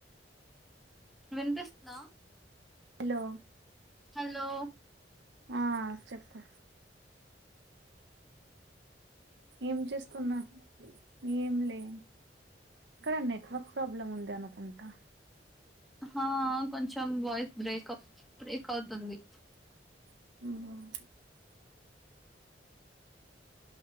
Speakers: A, in the centre; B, on the right (about 75°).
A: విపిస్తుంద
B: హలో
A: హలో
B: ఆ చెప్పు ఏం చేస్తున్నా ఏం లే ఇక్కడ నెట్వర్క్ ప్రాబ్లమ్ ఉంది అనుకుంటా
A: హ కొంచెం వాయిస్ బ్రేక్ బ్రేక్ అవుతుంది
B: హ్మ్